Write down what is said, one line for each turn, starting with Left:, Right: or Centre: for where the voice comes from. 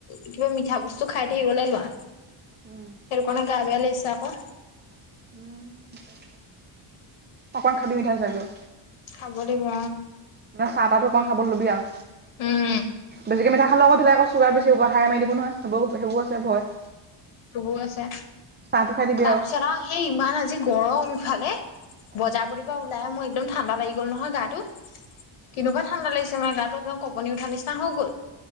Left: কিবা মিঠা বস্তু খাই থাকিবলে লোৱা।
Right: উম,
Left: সেটো কাৰনে গা বেয়া লাগিছে আক।
Right: উম অকণমান খাবি মিঠা চিঠা বোৰো।
Left: খাব লাগিব অ।
Right: মানে চাহ তাহটো অকণ খাবলৈ ল'বি আৰু।
Left: উম
Right: বেছিকৈ মিঠা খালে আক তেতিয়া আক চুগাৰ বেছি হ'ব হাই মাৰি দিব নহয় সেইবো সেইবোৰ আছে ভয়।
Left: সেইবোৰো আছে।
Right: চাহটো খাই দিবি
Left: তাৰপিছত
Right: আৰু।
Left: আও সেই ইমান আজি গৰম ইফালে, বজাৰ
Right: উম।
Left: প্ৰতিপ ওলাই মোৰ একদম ঠাণ্ডা লাগি গ'ল নহয় গাটো। কেনেকুৱা ঠাণ্ডা লাগিছে মানে গাটো একদম কপনি উঠা নিচিনা হৈ গ'ল।